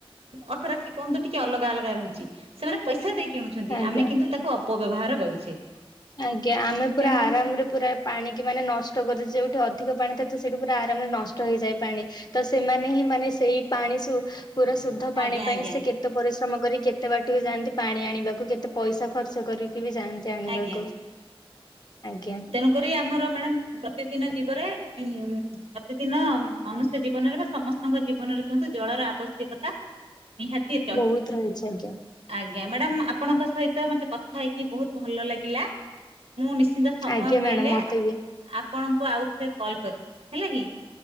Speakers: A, on the right (about 85°); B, on the left (about 45°).
A: ଅର୍ଥ ରାଶି କୁହନ୍ତୁ ଟିକେ ଅଲଗା ଅଲଗା ରହୁଛି। ସେମାନେ ପଇସା ଦେଇ କିଣୁଛନ୍ତି।
B: ଆଜ୍ଞା।
A: ଆମେ କିନ୍ତୁ ତାକୁ ଅପ ଅପ ବ୍ୟବହାର କରୁଛେ।
B: ଆଜ୍ଞା ଆମେ ପୁରା
A: ତେଣୁ
B: ଆରାମରେ ପୁରା ପାଣି କି ମାନେ ନଷ୍ଟ କରୁଛୁ। ଯେଉଠି ଅଧିକ ପାଣି ଥାଏ। ସେଇଠି ପୁରା ଆରାମରେ ନଷ୍ଟ ହେଇଯାଏ ପାଣି। ତ ସେମାନେ ହିଁ ମାନେ ସେଇ ପାଣି ଶୁ ପୁରା ଶୁଦ୍ଧ ପାଣି
A: ଆଜ୍ଞା
B: ପାଇଁ
A: ଆଜ୍ଞା
B: ସେ କେତେ ତ ପରିଶ୍ରମ କରି କେତେ ବାଟକୁ ଯାଆନ୍ତି ପାଣି ଆଣିବାକୁ। କେତେ ପଇସା ଖର୍ଚ୍ଚ କରିକି ବି ଯାଆନ୍ତି ଆଣିବାକୁ।
A: ଆଜ୍ଞା
B: ଆଜ୍ଞା।
A: ତେଣୁକରି ଆମର ମ୍ୟାମ ପ୍ରତି ଦିନ ଯିବରେ ପ୍ରତିଦିନ ମନୁଷ୍ୟ ଜୀବନରେ ବା ସମସ୍ତଙ୍କ ଜୀବନରେ କୁହନ୍ତୁ। ଜଳର ଆବଶ୍ୟକତା ନିହାତି ଦ
B: ବହୁତ ରହିଛି ଆଜ୍ଞା
A: ଆଜ୍ଞା ମାନେ ଆପଣଙ୍କ ସହିତ ତ ମତେ କଥା ହେଇକି ବହୁତ ଭଲ ଲାଗିଲା। ମୁଁ ନିଶ୍ଚିନ୍ତ ସମୟ
B: ଆଜ୍ଞା
A: ପାଇଲେ
B: ମ୍ୟାଡାମ ମତେ
A: ଆପ
B: ବି
A: ଆପଣଙ୍କୁ ଆଉ ଥରେ କଲ କରିବି। ହେଲା କି?